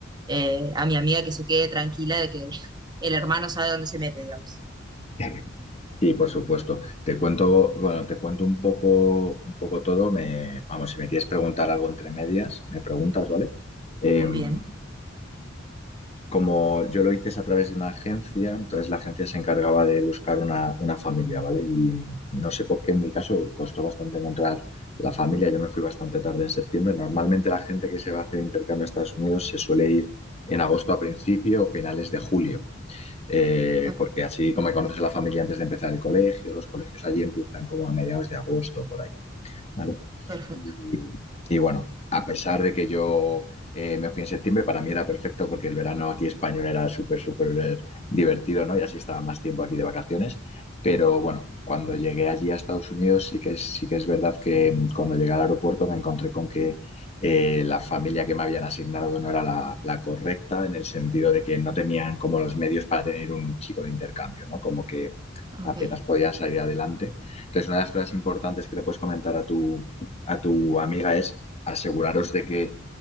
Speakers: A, on the right; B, on the left.
A: eh, a mi amiga que se quede tranquila de que <laughs> el hermano sabe dónde se mete, digamos.
B: <laughs> Sí, por supuesto. Te cuento, bueno, te cuento un poco, un poco todo. Me, vamos, si me quieres preguntar algo entre medias, me preguntas, ¿vale? Em,
A: Bien,
B: como yo lo hice es a través de una agencia, entonces la agencia se encargaba de buscar una, una familia, ¿vale? Y no sé por qué en mi caso costó bastante encontrar la familia, yo me fui bastante tarde en septiembre. Normalmente la gente que se va a hacer intercambio a Estados Unidos se suele ir en agosto a principio o finales de julio, eh,
A: ok,
B: porque así como conoces a la familia antes de empezar el colegio, los colegios allí empiezan como a mediados de agosto por ahí, ¿vale?
A: perfecto,
B: Y, y bueno, a pesar de que yo eh, me fui en septiembre, para mí era perfecto porque el verano aquí español era súper, súper divertido, ¿no? Y así estaba más tiempo aquí de vacaciones. Pero bueno, cuando llegué allí a Estados Unidos, sí que es, sí que es verdad que mm, cuando llegué al aeropuerto me encontré con que eh, la familia que me habían asignado no era la, la correcta, en el sentido de que no tenían como los medios para tener un chico de intercambio, ¿no? Como que
A: ok,
B: apenas podían salir adelante. Entonces, una de las cosas importantes que le puedes comentar a tu, a tu amiga es aseguraros de que